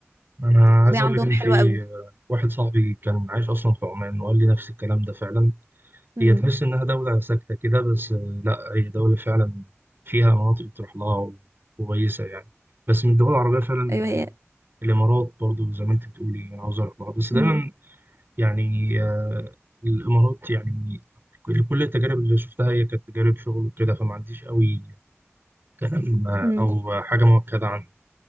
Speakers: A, on the right (about 50°); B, on the right (about 80°).
A: أنا
B: الطبيعة
A: عايز أقول
B: عندهم
A: لك إن
B: حلوة
A: في
B: قوي
A: آه، واحد صاحبي كان عايش أصلا في عمان وقال لي نفس الكلام ده فعلا
B: امم
A: هي تحس إنها دولة ساكتة كده بس آه، لا هي دولة فعلا فيها مناطق تروح لها كويسة يعني بس من الدول العربية فعلا
B: ايوه هي
A: الإمارات برضو زي ما أنت بتقولي أنا عاوز أروح لها بس دايما
B: امم
A: يعني آه، الإمارات يعني كل كل التجارب اللي شفتها هي كانت تجارب شغل وكده فما عنديش قوي كلام آه،
B: امم
A: أو حاجة مؤكدة عنها